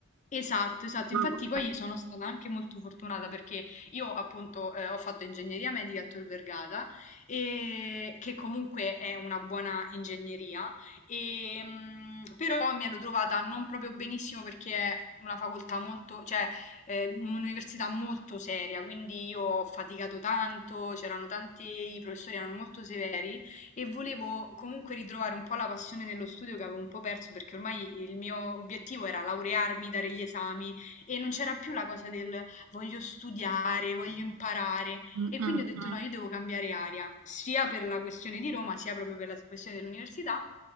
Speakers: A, on the left; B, on the right.
A: Esatto, esatto.
B: Ah,
A: Infatti
B: ok.
A: poi sono stata anche molto fortunata perché io appunto, ehm, ho fatto ingegneria medica a Tor Vergata, ehm, che comunque è una buona ingegneria, ehm, però mi ero trovata non proprio benissimo perché è una facoltà molto cioè, ehm, un'università molto seria, quindi io ho faticato tanto, c'erano tanti i professori erano molto severi e volevo comunque ritrovare un po' la passione nello studio che avevo un po' perso perché ormai il mio obiettivo era laurearmi, dare gli esami e non c'era più la cosa del voglio studiare, voglio imparare
B: Mm,
A: e
B: mm,
A: quindi ho detto
B: mm.
A: no, io devo cambiare aria, sia per la questione di Roma, sia proprio per la questione dell'università